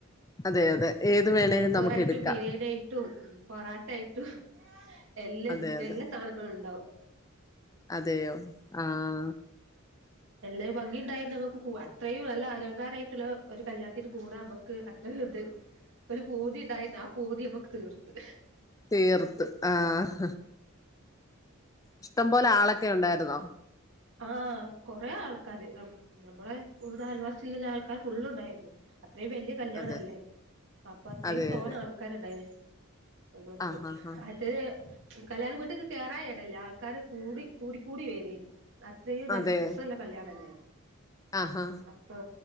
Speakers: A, on the left; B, on the right.
A: അതെ അതെ ഏത് വേണേലും
B: നെയച്ചോറായിട്ടും
A: നമുക്ക് എടുക്കാം
B: ബിരിയാണിയിട്ടും പൊറോട്ട ആയിട്ടും എല്ലാ
A: അതെ അതെ
B: എല്ലാ സാധനങ്ങളും ഉണ്ടാവും <inaudible>
A: അതെയോ ആഹ
B: എല്ലും ഭംഗിയ ഉണ്ടായിരുന്നു നമുക്ക് ക അത്രയും നല്ല അലങ്കാരായിട്ടുള്ള ഒരു കല്യാണത്തിന് കൂടെ നമ്മുക്ക് അത്രയും ഇത് ഒരു പൂതി ഉണ്ടായിരുന്നു ആ പൂതി നമ്മക്ക് തീർത്ത്
A: തീർത്ത് ആഹ ഇഷ്ടം പോോലെ ആളൊക്കെ ഉണ്ടായി അക
B: ആഹ കൊറെേ ആൾക്കാാര് നമ്മളെ ഒരു ത ആൽവാസില്ലുള്ള ആൾക്കാാര് ഫുള് ഉണ്ടായിരുന്നു അത്രയും വല്ിയ കല്യാണ
A: അതെ
B: അല്ലേ അപ്പൊ അത്രയും
A: അതെ
B: തോന്ന
A: അതെ
B: ആൾക്കാരുണ്ടായിന് നമ്മൾക്ക്
A: ആഹ് ആഹ് ആഹ്
B: അത കല്യാണ വീട്ടേക്ക് കയറായ ഇടല്ലേ ആൾക്കാാര് കൂടി കൂ കൂടി വരിായിരുന്നു അത്ര ഇല്ല
A: അതെ
B: സസല്ല കല്യാണല്ലേ
A: ആഹാ
B: അപ്പൊ